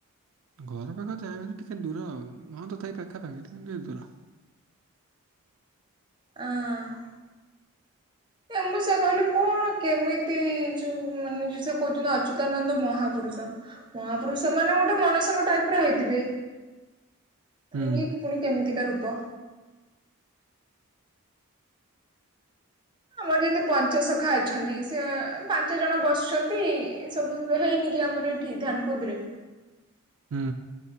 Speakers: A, on the right; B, on the right.
A: ଘର ପାଖ ଯାହାବି ହେଲେ ଟିକେ ଦୂର ଆଉ। ହଁ ତଥାପି ପାଖାପାଖି କିନ୍ତୁ ଟିକେ ଦୂର।
B: ହଁ। ନାଇ ମୁଁ ସେଇଆ କହିଲି କଣ କେମିତ୍ ତି-ଇ-ଇ-ଇ ଯୋଉ ମାନେ ଯୋଉ ସେ କହୁଛନ୍ତି ଅଚ୍ୟୁତାନନ୍ଦ ମହାପୁରୁଷ ମହାପୁରୁଷ ମାନେ ଗୋଟେ ମଣିଷଙ୍କ ଟାଇପ ର ହେଇଥିବେ।
A: ହୁଁ
B: ଇଏ କି ପୁଣି କେମିତିକା ରୂପ। ଆମର ଯେମିତି ପଞ୍ଚସଖା ଅଛନ୍ତି। ସେ ପାଞ୍ଚ ଜଣ ବସ୍ ଇଛନ୍ତି ସବୁ ହେଇନି କି ଆମର ଏଠି ଧ୍ୟାନ କୁଦ ରେ
A: ହୁଁ।